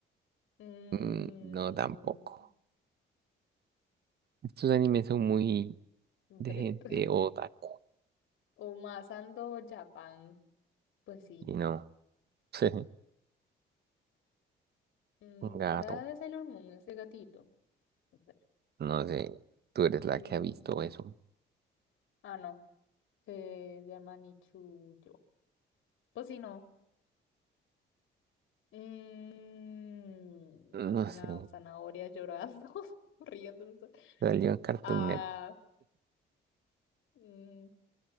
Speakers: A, on the left; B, on the right.
A: Mm,
B: Mm, No, tampoco. Estos animes son muy
A: Brett.
B: de gente
A: <laughs>
B: otaku.
A: O Masando Japan. Pues sí.
B: Y no. <laughs>
A: Mm,
B: Un gato.
A: se la da de Sailor Moon, ese gatito. A ver,
B: No sé. Tú eres la
A: Sailor
B: que ha visto
A: Moon.
B: eso.
A: Ah, no. Se llama Nichuyo. Pues sí, no. Mm,
B: No
A: una
B: sé.
A: zanahoria llorando, <laughs> riéndose.
B: Salió en Cartoon
A: Ah,
B: Network.
A: mm,